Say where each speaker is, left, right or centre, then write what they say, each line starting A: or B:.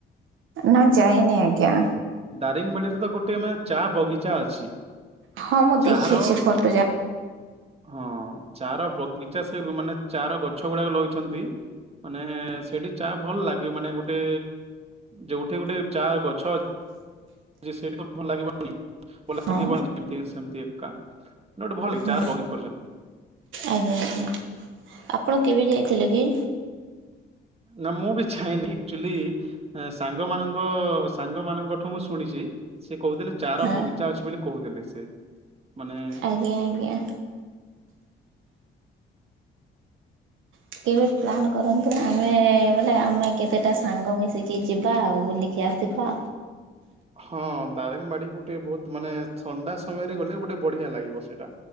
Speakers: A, on the right; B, on the right.
A: ନା ଯାଇନି ଆଜ୍ଞା।
B: ଦାରିଙ୍ଗବାଡିରେ ତ ଗୋଟେ ମାନେ ଚା ବଗିଚା ଅଛି।
A: ହଁ ମୁଁ
B: ଚାହାର
A: ଦେଖିଛି ଫଟୋ ଯା
B: ହଁ ଚାର ବଗିଚା ସେ ମାନେ ଚାର ଗଛ ଗୁଡାକ ଲଗଛନ୍ତି। ମାନେ ସେଇଠି ଚା ଭଲ ଲାଗେ ମାନେ ଗୋଟେ ଯୋଉଠି ଗୋଟେ ଚା ଗଛ ଅଛି ସେଇଠି ତ ଭଲ ଲାଗିବନି ଲାଗିବନି
A: ହଁ
B: ଯେମତି ସେମତି ଏକା ଗୋଟେ ଭଲ
A: ହଁ
B: ଚା ବଗିଚା କରିଛନ୍ତି।
A: ଆଜ୍ଞା ଆଜ୍ଞା ଆପଣ କେବେ ଯାଇ ଥିଲେ କି
B: ନା ମୁଁ ବି ଛାଇନି ଆଚୁଆଲି ସାଙ୍ଗ ମାନଙ୍କ ସାଙ୍ଗ ମାନଙ୍କ ଠୁ ମୁଁ ଶୁଣିଛି ସେ କହୁଥିଲେ ଚାର
A: ହଁ
B: ବଗିଚା ଅଛି ବୋଲି କହୁଦଥିଲେ ସେ। ମାନେ
A: ଆଜ୍ଞା ଆଜ୍ଞା। କେବେ ପ୍ଲାନ୍ କରନ୍ତୁ ଆମେ ବୋଲେ ଆମେ କେତେଟା ସାଙ୍ଗ ମିଶିକି ଯିବା ଆଉ ବୁଲିକି ଆସିବା।
B: ହଁ ଦାରିଙ୍ଗବାଡି ଗୋଟେ ବହୁତ ମାନେ ଥଣ୍ଡା ସମୟରେ ଗଲେ ଗୋଟେ ବଢିଆ ଲାଗିବ ସେଇଟା।